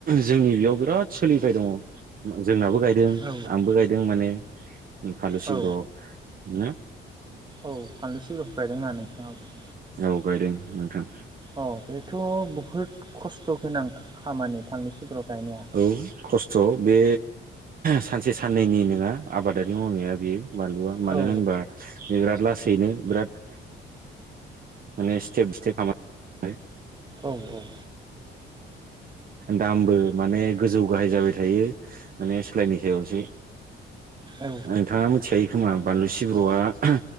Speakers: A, on the right; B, on the right.
A: जोंनि बेयावबो राद सोलिबाय दंङ जोंनाबो गायदों
B: औ
A: आंबो गायदों माने उ फालु सिब्र
B: औ
A: ना?
B: औ फानलै सिब्रखौ गायदों। <unintelligible> <unintelligible>
A: औ गायदों नोंथां।
B: अ बेथ बुहुद खस्थ गोनां खामानि। फानलु सिब्र गायनाया
A: औ खस्थ बे सानसे साननैनि नोङा। आबादारि मावनाया बेयो। बानलुआ
B: औ
A: मानो होनबा बि बिराद। लासैनो बिराद। माने सटेप स्टेप खा।
B: औ औ।
A: दामबो माने गोजौ गाहाय जाबाय थायो। माने सोलायनि सायावसै
B: औ
A: नोंथाङा मिनथिखायो खोमा बानलु। सिब्र आ।